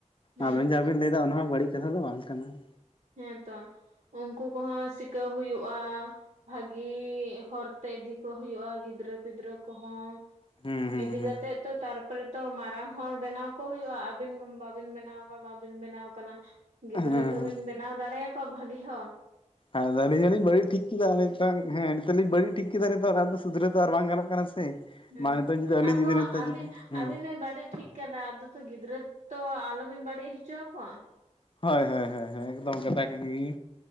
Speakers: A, on the right; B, on the left.
A: ᱦᱩᱸ
B: ᱟᱵᱮᱱ ᱡᱟᱦᱟᱸ ᱵᱮᱱ ᱞᱟᱹᱭ ᱮᱫᱟ ᱚᱱᱟ ᱦᱚᱸ ᱵᱟᱹᱲᱤᱡ ᱠᱟᱛᱷᱟ ᱫᱚ ᱵᱟᱝ ᱠᱟᱱᱟ ᱾
A: ᱦᱮᱸᱛᱚ ᱩᱱᱠᱩ ᱠᱚᱦᱚᱸ ᱥᱤᱠᱟᱹᱣ ᱦᱩᱭᱩᱜᱼᱟ ᱾ ᱵᱷᱟᱹᱜᱤ ᱦᱚᱨᱛᱮ ᱤᱫᱤ ᱠᱚ ᱦᱩᱭᱩᱜᱼᱟ ᱜᱤᱫᱽᱨᱟᱹ ᱯᱤᱫᱽᱨᱟᱹ ᱠᱚᱦᱚᱸ᱾
B: ᱦᱩᱸ ᱦᱩᱸ
A: ᱤᱫᱤ
B: ᱦᱩᱸ
A: ᱠᱟᱛᱮᱜ ᱛᱚ ᱛᱟᱨ ᱯᱚᱨᱮ ᱛᱚ ᱢᱟᱨᱟᱝ ᱦᱚᱲ ᱵᱮᱱᱟᱣ ᱠᱚ ᱦᱩᱭᱩᱜᱼᱟ ᱾ ᱟᱹᱵᱤᱱ ᱢᱟ ᱵᱟᱵᱤᱱ ᱵᱮᱱᱟᱣ ᱟᱠᱟ ᱵᱟᱵᱤᱱ ᱵᱮᱱᱟᱣ ᱠᱟᱱᱟ ᱾ ᱜᱤᱫᱽᱨᱟᱹ
B: ᱦᱮᱸ ᱦᱮᱸ
A: ᱛᱚᱵᱤᱱ ᱵᱮᱱᱟᱣ ᱫᱟᱲᱮᱭᱟ ᱠᱚᱣᱟ ᱵᱷᱟᱹᱜᱤ ᱦᱚᱲ ᱾
B: ᱟᱫᱚ ᱟᱹᱞᱤᱧ ᱦᱚᱸ ᱞᱤᱧ ᱵᱟᱹᱲᱤᱡ ᱴᱷᱤᱠ ᱠᱮᱫᱟ ᱞᱤᱧ ᱱᱤᱛᱚᱝ ᱦᱮᱸ ᱱᱤᱛᱚᱜ ᱞᱤᱧ ᱵᱟᱹᱲᱤᱡᱽ ᱴᱷᱤᱠ ᱠᱮᱫᱟ ᱱᱤᱛᱚᱜ ᱥᱩᱫᱷᱟᱹᱨᱟᱣ ᱫᱚ ᱟᱨ ᱵᱟᱝ ᱜᱟᱱᱚᱜ ᱠᱟᱱᱟ ᱥᱮ
A: ᱦᱩᱸ
B: ᱢᱟ ᱱᱤᱛᱚᱜ ᱡᱩᱫᱤ ᱟᱹᱞᱤᱧ
A: ᱟᱫᱚ
B: ᱡᱩᱫᱤ ᱱᱤᱛᱚᱜ
A: ᱟᱹᱵᱤᱱ
B: ᱡᱩᱫᱤ ᱦᱮᱸ
A: ᱟᱹᱵᱤᱱ ᱱᱩᱭ ᱵᱟᱹᱲᱤᱡᱽ ᱴᱷᱤᱠ ᱠᱟᱫᱟ ᱟᱫᱚ ᱛᱚ ᱜᱤᱫᱽᱨᱟᱹ ᱛᱚ ᱟᱞᱚᱵᱤᱱ ᱵᱟᱹᱲᱤᱡᱽ ᱦᱚᱪᱚ ᱟᱠᱚᱣᱟ ᱾
B: ᱦᱚᱭ ᱦᱚᱭ ᱦᱚᱭ ᱦᱚᱭ ᱮᱠᱫᱚᱢ ᱠᱟᱛᱷᱟ ᱠᱟᱱ ᱜᱤᱭ